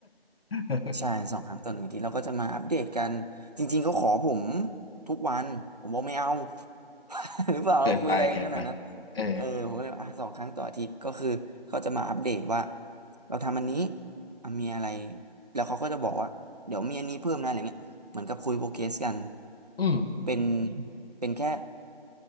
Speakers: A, on the left (about 70°); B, on the right (about 45°).
A: <laughs>
B: ใช่สองครั้งต่อหนึ่งอาทีเราก็จะมาอัปเดตกันจริงๆเขาขอผมทุกวันผมบอกไม่เอา <laughs> หรือเปล่าเราคุยอะไรกันขนาดนั้น
A: เกินไปเกินไปเออ
B: เออผมก็เลยว่าอ่ะสองครั้งต่ออาทิตย์ก็คือเขาจะมาอัปเดตว่าเราทำอันนี้อ่ะมีอะไรแล้วเขาก็จะบอกว่าเดี๋ยวมีอันนี้เพิ่มนะอะไรเงี้ยเหมือนกับคุยโปรเกรสกัน
A: อืม
B: เป็นเป็นแค่